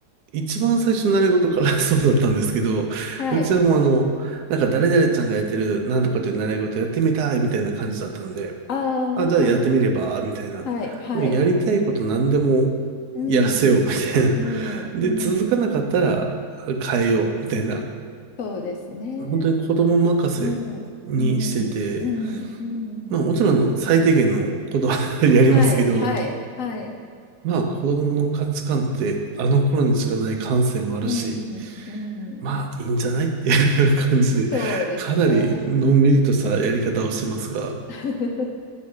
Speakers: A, on the right; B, on the left.
A: 一番最初の習い事から <laughs> そうだったんですけど、
B: はい。
A: うちはもうあの、なんか誰々ちゃんがやってるなんとかという習い事やってみたいみたいな感じだったんで、
B: ああ、
A: あ、じゃあやってみれば、
B: はい。
A: みたいな。
B: はい。はい。
A: もうやりたいこと何でも
B: うん。
A: やらせよう、みたいな。
B: うん。
A: <laughs> で、
B: う
A: 続かなかったら
B: ん。
A: 変えよう、みたいな。
B: そうですね。
A: 本当に子供任せにしてて、
B: うん。うん。うん。うん。
A: まあもちろんあの最低限のことは <laughs> やりますけど、
B: はい。はい。はい。
A: まあ子供の価値観ってあの頃にしかない感性もあるし、
B: うん。うん。
A: まあいいんじゃないっていう感じで、
B: そうですね。
A: かなりのんびりとしたやり方をしてますが、
B: <laughs>